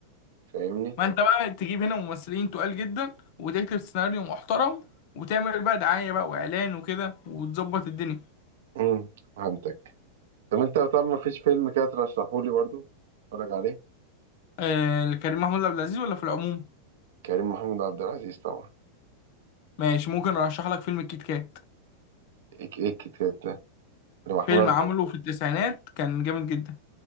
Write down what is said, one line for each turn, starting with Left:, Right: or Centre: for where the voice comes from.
Right: فاهمني؟
Left: ما انت بقى تجيب هنا ممثلين تقال جدا وتكتب سيناريو محترم وتعمل بقى دعاية بقى وإعلان وكده وتظبط الدنيا
Right: مم. فهمتك طب انت طب ما فيش فيلم كده ترشحه لي برضه اتفرج عليه
Left: آه، كريم محمود عبد العزيز ولا في العموم
Right: كريم محمود عبد العزيز طبعا
Left: ماشي ممكن ارشح لك فيلم الكيت كات
Right: ايك ايك كده كده ده اللي محمود
Left: فيلم
Right: عبد
Left: عمله في التسعينات كان جامد جدا